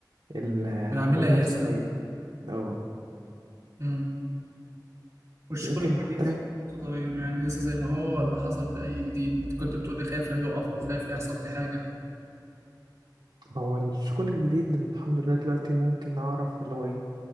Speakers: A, on the right; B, on the right.
A: العميل
B: اللي عاملها هيزهق
A: نفسه هيت- اه
B: امم والشغل
A: لكن
B: الجديد
A: حتى
B: ايه بتاعته طيب يعني لسه زي ما هو ولا حصل في اي جديد؟ كنت بتقولي خايف لا يقف او خايف لا يحصل فيه حاجة
A: هو الشغل الجديد الحمد لله دلوقتي ممكن أعرف اللي هو إيه